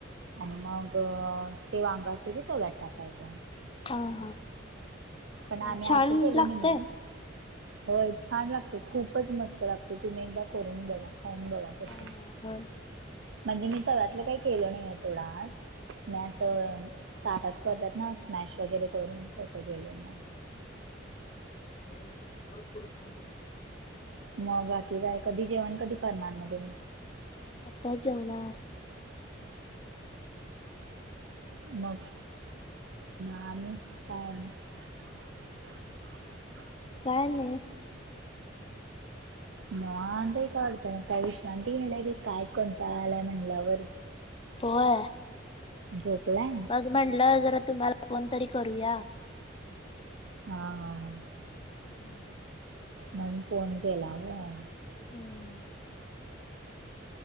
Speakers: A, on the right (about 70°); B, on the left (about 30°).
A: आणि मग ते वांग असते, ते तव्यात टाकायच.
B: हा हा,
A: पण आम्ही
B: छान
A: असं केलो
B: लागतय?
A: नाहीये होय छान लागत, खूपचं मस्त लागते तुम्ही एकदा करून बघा खाऊन बघा. तस.
B: हा होय
A: म्हणजे मी तव्यातलं काही केलं नाहीये सोडा आज, मी असं. त्यात करतात ना, स्मॅश वगैरे करून तसं केलं.
B: <inaudible>
A: मग बाकी काय? कधी जेवण कधी करणार मग तुम्ही?
B: आता जेवणार.
A: मग आणि काय नई. <inaudible>
B: काय नई.
A: निवांत काय, विश्रांती घेतली की काय कंटाळ आलाय म्हंटल्यावर.
B: होय
A: झोपलाय?
B: मग म्हणलं जरा तुम्हाला फोन तरी करूया.
A: हा हा हा.
B: <inaudible>
A: म्हणुन फोन केला होय?
B: हम्म.